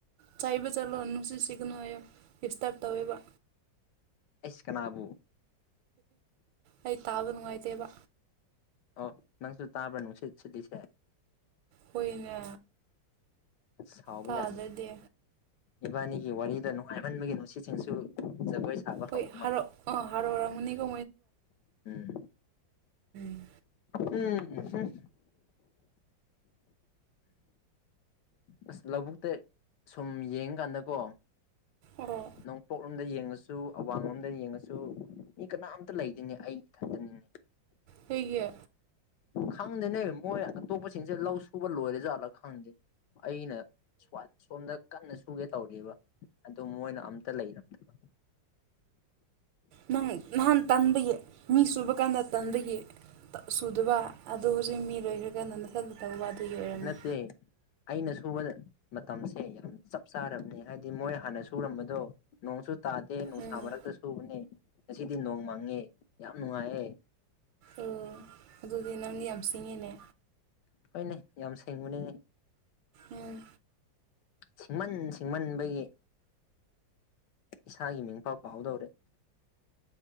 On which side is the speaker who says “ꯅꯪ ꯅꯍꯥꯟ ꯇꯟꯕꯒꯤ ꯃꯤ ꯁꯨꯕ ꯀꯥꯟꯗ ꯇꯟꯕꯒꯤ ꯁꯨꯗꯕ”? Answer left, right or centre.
Right